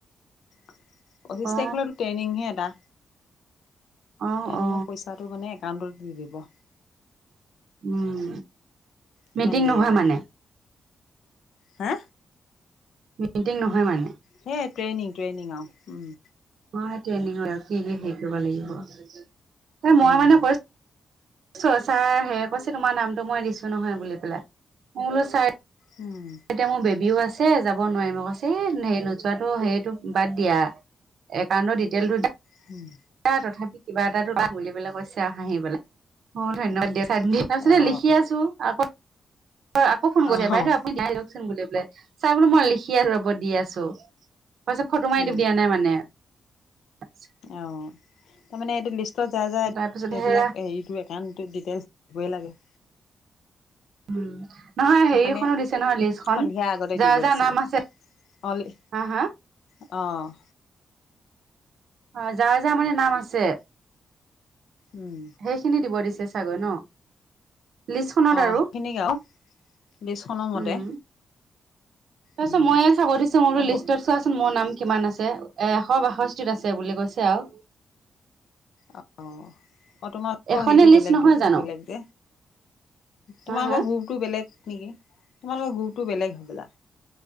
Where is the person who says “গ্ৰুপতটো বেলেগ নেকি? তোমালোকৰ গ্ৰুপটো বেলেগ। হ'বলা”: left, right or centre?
Left